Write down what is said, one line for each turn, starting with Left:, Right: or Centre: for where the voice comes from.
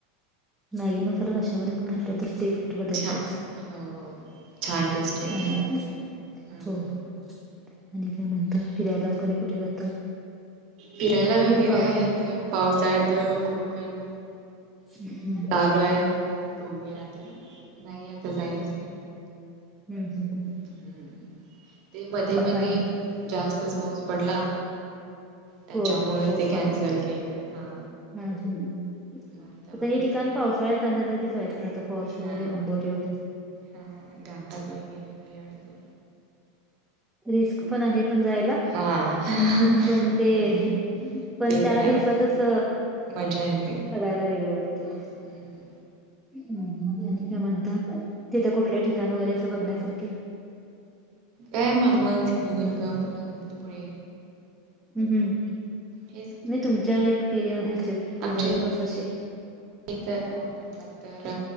Centre: म्यॅगी मसाला कशामध्ये पण घातला... तर टेस्ट बदलतेच.
Right: छान हो छान टेस्ट येते.
Centre: छान लागते...
Right: हम्म
Centre: हो हो... आणि काय म्हणता... फिरायला वगैरे कुठे जाता?
Right: फिरायला वगैरे
Centre: आता पावसाळ्यात
Right: आहे आता पावसाळ्यात... कोकण
Centre: हूं.
Right: चालू आहे... बघूया आता... नाही आता जायचंय.
Centre: हूं हूं हूं.
Right: हूं... ते मध्ये मध्ये
Centre: काढून.
Right: जास्तच पाऊस पडला त्याच्यामुळे
Centre: हो, हो. पाऊस
Right: ते
Centre: फार
Right: कॅन्सल
Centre: होता.
Right: केले हा
Centre: हं... हम्म... हूं...
Right: मग
Centre: आता
Right: बघायचं
Centre: हे ठिकाण पावसाळ्यात जाण्यासारखेच आहेत ना आता फॉल्स वगैरे
Right: हा
Centre: आंबोली वगैरे
Right: हा... घाटात वगैरे भारी वाटते.
Centre: रिस्क पण आहे... पण जायला
Right: हा
Centre: पण ते...
Right: होय
Centre: पण
Right: ते
Centre: त्या
Right: आहे
Centre: दिवसातच
Right: मजा येते.
Centre: बघायला वेगळं वाटतंय ते.
Right: हम्म
Centre: हूं... आणि काय म्हणता... तिथं कुठले ठिकाण वगैरे असं बघण्यासारखे
Right: काय... मालवण सिंधुदुर्ग, पुन्हा गणपतीपुळे
Centre: हम्म...
Right: हेच
Centre: नाही...
Right: की
Centre: तुमच्या एक एरिया... ह्याच्या
Right: आमच्या
Centre: जवळपास असे
Right: इथं मग म्हटलं तर...